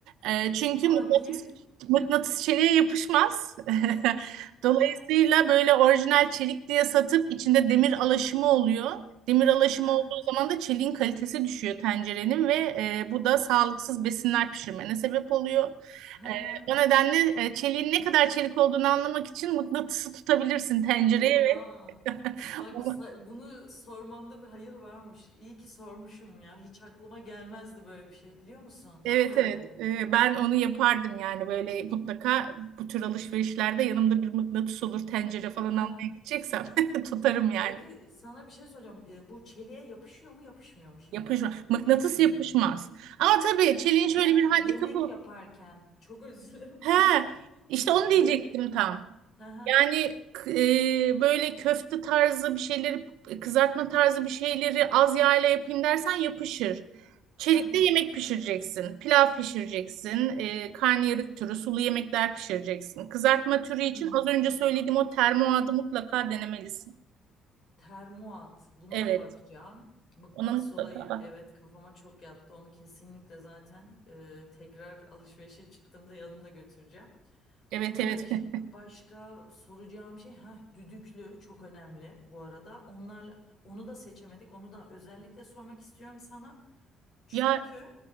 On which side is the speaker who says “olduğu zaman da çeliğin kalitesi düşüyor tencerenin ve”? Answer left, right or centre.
Right